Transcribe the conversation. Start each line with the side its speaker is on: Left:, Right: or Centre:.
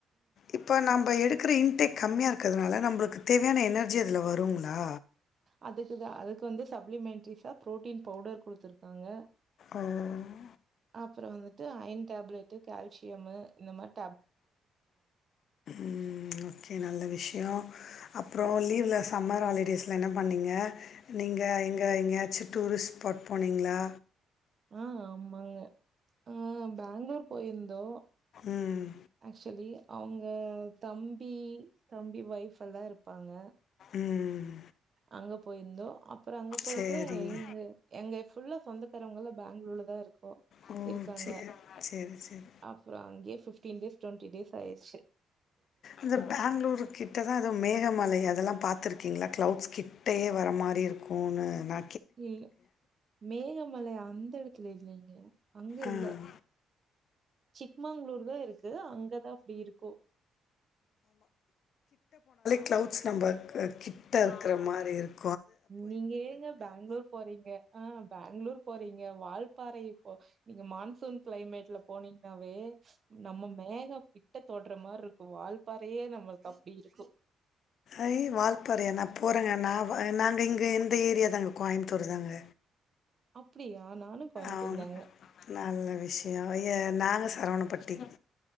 Left: இப்ப நம்ப எடுக் க்குற இன்டேக் கம்மியா இருக்குறதுனால நம்பளுக்கு தேவையான எனர்ஜி அதுல வருங்ளா
Right: அதுக்கு தா அதுக்கு வந்து சப்ளிமென்ட்ரிஸா புரோட்டீன் பவுடர் குடுத்துருக்காங்க
Left: ஓ!
Right: அப்றோ வந்துட்டு அயன் டேப்லெட்டு கால்சியமு இந்த மார்
Left: ம் ஓகே நல்ல விஷயோ அப்றோ லீவ்ல சம்மர் ஹாலிடேஸில்ல என்ன பண்ணீங்க நீங்க எங்க எங்கயாச்சு டூரிஸ்ட் ஸ்பாட் போனீங்ளா
Right: ஆ ஆமாங்க ஆ பெங்களூர் போயிருந்தோ
Left: ம்
Right: ஆக்சுவலி அவுங்க தம்பி தம்பி வைஃப் எல்லா இருப்பாங்க
Left: ம் ம்
Right: அங்க போயிருந்தோ அப்றோ அங்க பொயிட்டு
Left: சரிங்க
Right: எங்கு எங்க ஃபுல்லா சொந்தக்காரவுங்கலா பேங் ளுர்லதா இருக்கோ
Left: ஓ
Right: இருக்காங்க
Left: சரி சரி சரி
Right: அப்றோ அங்கே பிப்டீன் டேஸ் டுவெண்டி டேஸ் ஆய்ருச்சு
Left: இந்த பெங்களூர் கிட்டதா எதோ மேகமலை அதல்லா பாத்துருக்கீங்ளா க்ளவுட்ஸ் கிட்டயே வர மாரி இருக்குனு நா
Right: இல்ல மேகமலை அந்த எடத்துல இல்லேங்க அங்க
Left: ஆ
Right: இல்ல சிக்மாங்ளூர் அங்கதா இருக்கு அங்கதா அப்டி இருக்கோ
Left: க்ளவுட்ஸ் நம்பக்கு கிட்ட இருக்குற மாரி இருக்
Right: நீங்க ஏங்க பெங்களூர் போறீங்க ஆ பெங்களூர் போறீங்க வால்பாறை இப்போ நீங்க மான்சூன் க்ளைமேட்ல போனீங்ன்னாவே நம்ம மேகம் கிட்ட தொட்ற மார்ருக்கு வால்பாறையே நம்மளுக்கு அப்டி இருக்கு
Left: ஐ வால்பாறையா நா போறேங்க நா நாங்க இங்க இந்த ஏரியா தாங்க கோயம்புத்தூர் தாங்க
Right: அப்டியா நானு கோயமுத்தூர்
Left: ஆமா.
Right: தாங்க
Left: நல்ல விஷயோ ஐய நாங்க சரவணம்பட்டி